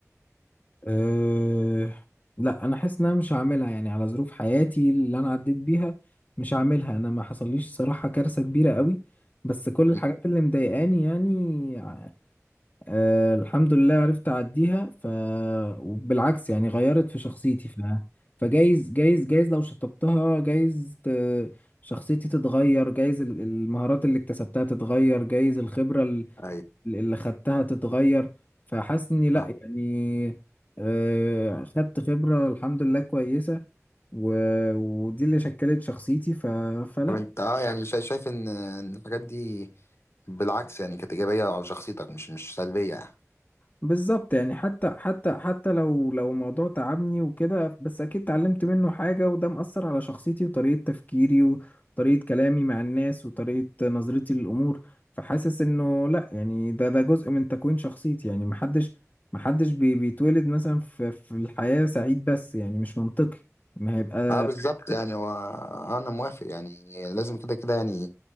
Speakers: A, on the left (about 35°); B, on the left (about 50°).
A: أه لا انا حاسس ان انا مش هعملها يعني على ظروف حياتي اللي انا عديت بيها مش هعملها انا ما حصليش صراحة كارثة كبيرة قوي بس كل الحاجات
B: امم
A: اللي مضايقاني يعني أه الحمد لله عرفت اعديها ف وبالعكس يعني غيرت في شخصيتي ف فجايز جايز جايز لو شطبتها جايز ت... شخصيتي تتغير جايز ال- المهارات اللي اكتسبتها تتغير جايز الخبرة
B: ايوه
A: اللي خدتها تتغير فحاسس اني لا
B: فاهم
A: يعني آه، خدت خبرة الحمد لله كويسة و... ودي اللي شكلت شخصيتي ف... فلا
B: طب انت اه يعني شايف شايف ان إن الحاجات دي بالعكس يعني كانت ايجابيه على شخصيتك مش مش سلبيه يعني
A: بالظبط يعني حتى حتى حتى لو لو موضوع تعبني وكده بس اكيد اتعلمت منه حاجة وده مأثر على شخصيتي وطريقة تفكيري وطريقة كلامي مع الناس وطريقة نظرتي للأمور فحاسس انه لا يعني ده ده جزء من تكوين شخصيتي يعني محدش محدش بي بيتولد مثلا في في الحياة سعيد بس يعني مش منطقي ما هيبقى
B: اه <laughs> بالظبط يعني هو انا موافق يعني لازم كده كده يعني